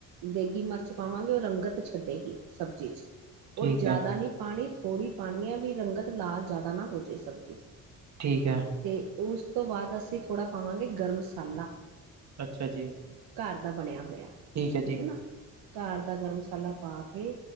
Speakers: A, on the right; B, on the right.
A: ਦੇਗੀ ਮਿਰਚ ਪਾਵਾਂਗੇ ਓ ਰੰਗਤ ਛੱਡੇਗੀ ਸਬਜ਼ੀ ਚ।
B: ਠੀਕ
A: ਔਰ ਜਾਦਾ
B: ਹੈ
A: ਨੀ ਪਾਣੀ ਥੋੜ੍ਹੀ ਪਾਣੀ ਐ ਵੀ ਰੰਗਤ ਲਾਲ ਜਾਦਾ ਨਾ ਹੋਜੇ ਸਬਜ਼ੀ
B: ਠੀਕ ਐ।
A: ਤੇ ਉਸ ਤੋਂ ਬਾਦ ਅਸੀਂ ਥੋੜ੍ਹਾ ਪਾਵਾਂਗੇ ਗਰਮ ਮਸਾਲਾ।
B: ਅੱਛਾ ਜੀ।
A: ਘਰ ਦਾ ਬਣਿਆ ਹੋਇਆ
B: ਹੈ
A: ਠੀਕ
B: ਜੀ
A: ਐ ਨਾ ਘਰ ਦਾ ਗਰਮ ਮਸਾਲਾ ਪਾ ਕੇ